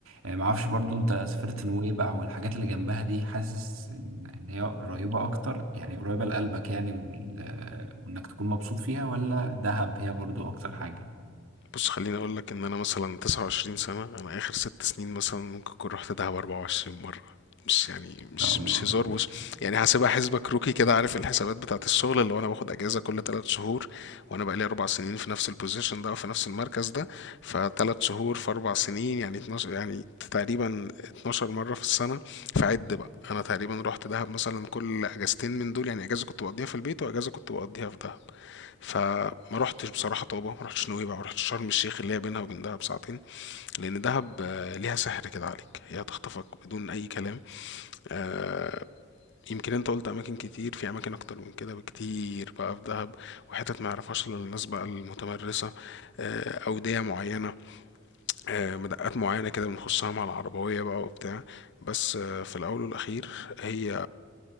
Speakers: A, on the right; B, on the left.
A: آه، معرفش برضو انت سافرت نويبع والحاجات اللي جنبها دي حاسس ان إن هي قريبة اكتر يعني قريبة لقلبك يعني وال- آه، وانك تكون مبسوط فيها ولا دهب هي برضو اكتر حاجة
B: بص خليني اقول لك ان انا مثلا 29 سنه انا اخر ست سنين مثلا ممكن اكون رحت دهب 24 مره مش يعني
A: ان
B: مش
A: شاء الله
B: مش هزار بص يعني هسيبها حسبة كروكي كده عارف الحسابات بتاعت الشغل اللي هو انا باخد اجازه كل ثلاث شهور وانا بقالي اربع سنين في نفس البوزيشن ده وفي نفس المركز ده فثلاث شهور في اربع سنين يعني 12 يعني تقريبا 12 مره في السنه فعد بقى انا تقريبا رحت دهب مثلا كل اجازتين من دول يعني اجازه كنت بقضيها في البيت واجازه كنت بقضيها في دهب فما رحتش بصراحة طابة ما رحتش نويبع ما رحتش شرم الشيخ اللي هي بينها وبين دهب ساعتين لأن دهب آه، ليها سحر كده عليك هي هتخطفك بدون أي كلام آه، يمكن انت قلت اماكن كتير في اماكن اكتر من كده بكتير بقى في دهب وحتت ما يعرفهاش الا الناس بقى المتمرسه آه، اوديه معينه آه، مدقات معينه كده بنخشها مع العربويه بقى وبتاع بس آه، في الاول والاخير هي